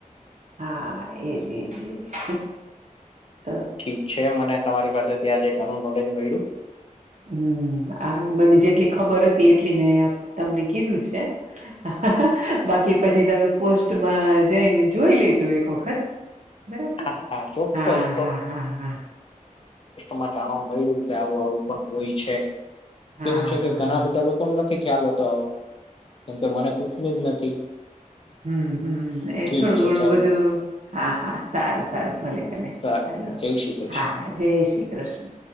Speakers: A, on the right (about 65°); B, on the left (about 40°).
A: હા એજ એજ એજ હ, હ.
B: ઠીક છે મને તમારી પાસેથી્યાં આજે ઘણું નોલેજ મળ્યું.
A: હમ આ મને જેટલી ખબર હતી એટલી મેં તમને કી કીધું છે હ, હ, હ બાકી પછી તમે પોસ્ટમાં જઈને જોઈ લેજો એક વખત. બરાબર
B: હા હા ચોક્કસ
A: હા હા હા હા.
B: માં જાણવા મળ્યું કે આવું આવું પણ હોય છે.
A: હા
B: એવું છે
A: હા
B: કે ઘણા
A: હા
B: બધા લોકો ન નથી ખ્યાલતો આવું કેમકે મને <unintelligible> જ નથી.
A: હમ્મ હમ એ
B: ઠીક
A: થોડું
B: છે
A: ઘણું
B: ચાલો
A: બધું હા હા સારું. સારું સારું ભલે ભલે
B: સારું
A: ચાલો
B: જય શ્રી કૃષ્ણ
A: હા હા જય શ્રી કૃષ્ણ.